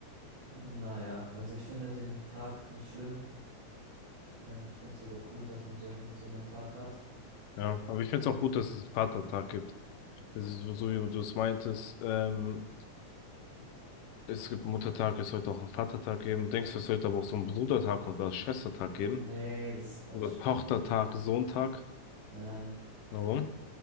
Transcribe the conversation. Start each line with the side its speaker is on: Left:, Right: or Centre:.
Right: Naja, also ich finde den Tag nicht schlimm. Ähm, ich finde es sogar cool, dass man solchen, so einen Tag hat.
Left: Ja, aber ich finde es auch gut, dass es einen Vatertag gibt. Es ist so, so wie du es meintest, ähm, es gibt Muttertag, es sollte auch einen Vatertag geben. Denkst du, es sollte aber auch so einen Brudertag oder Schwestertag geben?
Right: Nee, das ist Quatsch.
Left: Oder Tochtertag, Sohntag?
Right: Nein.
Left: Warum?